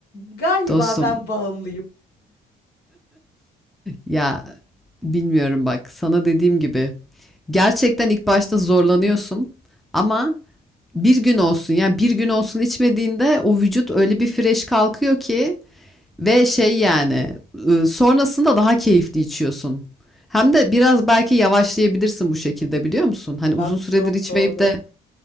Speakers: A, on the left; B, in the centre.
A: Galiba
B: Dostum
A: ben bağımlıyım.
B: Ya bilmiyorum bak sana dediğim gibi gerçekten ilk başta zorlanıyorsun ama bir gün olsun ya bir gün olsun içmediğinde o vücut öyle bir fresh kalkıyor ki ve şey yani ıı, sonrasında daha keyifli içiyorsun. Hem de biraz belki yavaşlayabilirsin bu şekilde biliyor musun? Hani uzun
A: Bak
B: süredir
A: çok
B: içmeyip
A: doğru.
B: de